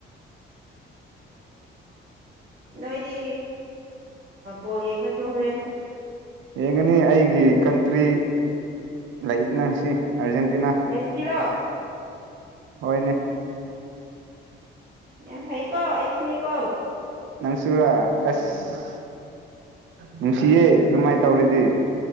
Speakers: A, on the right; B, on the right.
A: <unintelligible> ꯅꯣꯏꯗꯤ ꯕꯣꯜ ꯌꯦꯡꯒꯗ꯭ꯔꯣ ꯍꯣꯔꯦꯟ
B: ꯌꯦꯡꯒꯅꯤ ꯑꯩꯒꯤ ꯀꯟꯇ꯭ꯔꯤ ꯂꯩ ꯅꯪꯁꯤ ꯑꯥꯔꯖꯦꯟꯇꯤꯅꯥ
A: ꯃꯦꯁꯤꯔꯣ
B: ꯍꯣꯏꯅꯦ
A: ꯌꯥꯝ ꯐꯩ ꯀꯣ ꯑꯩꯁꯨꯅꯤ ꯀꯣ
B: ꯅꯪꯁꯤꯔ ꯑꯦꯁ ꯅꯨꯡꯁꯤꯌꯦꯦ ꯑꯗꯨꯃꯥꯏꯅ ꯇꯧꯔꯤꯗꯤ